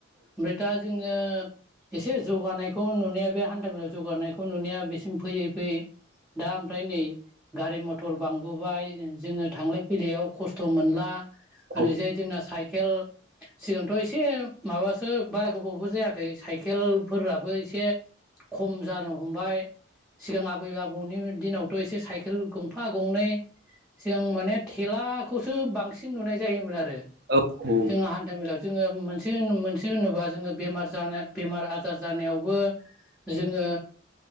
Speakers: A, in the centre; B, on the right (about 50°).
A: ओमफ्राय दा जोङो एसे जौगानायखौ नुनाया बे हान्थामेलायाव जौगानायखौ नुनाया बेसिम फैयै फैयै दा ओमफ्राय नै गारि मथर बांबोबाय जोङो थांलाय फैलायाव खस्थ मोनला
B: औ
A: ओरैजाय जोंना साइकेल सिगांथ एसे माबासो बारा गोबावबो जायाखै साइकेलफोराबो एसे खम जानो हमबाय सिगां आबै आबौनि दिनावथ एसे साइकेल गंफा गंनै सिगां म माने थेलाखौसो बांसिन नुनाय जायोन आरो
B: औ औ औ
A: जों हान्था मेलायाव जोङो मोनसे मोनसे होनोबा जोङो बेमार जानो बेमार आजार जानायावबो जोङो